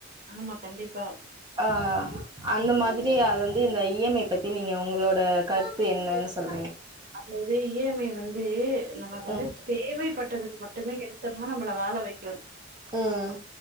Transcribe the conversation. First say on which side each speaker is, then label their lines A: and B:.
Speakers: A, on the right; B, on the right.
A: ஆமா கண்டிப்பா
B: ஆஹ் அந்த மாதிரி அது வந்து இந்த இ எம் ஐ பத்தி நீங்க உங்ளோட கருத்து என்னன்னு சொல்
A: அதாவது இ எம் ஐ வந் து நமக்கு வந்து
B: ம்
A: தேவைப்பட்டதுக் மட்டுமே எடுத்தம்னா நம்மள வால வைக்கு
B: ம்